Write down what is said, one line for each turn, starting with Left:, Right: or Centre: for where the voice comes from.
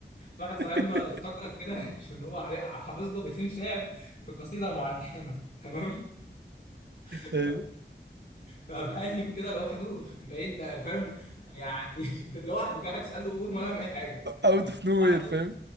Left: واحد صاحبنا
Right: <laughs>
Left: افتكر كده <laughs> ان هو علي- حافظ له بيتين شعر في قصيده معينه <laughs> تمام ف...
Right: ايوه
Left: فقام قايم كده لوحده من بعيد بقى فاهم يعني <laughs> لوحده كده حد تساله قوم ولا اعمل اي حاجه
Right: اوت اوف نو
Left: واحد
Right: وير فاهم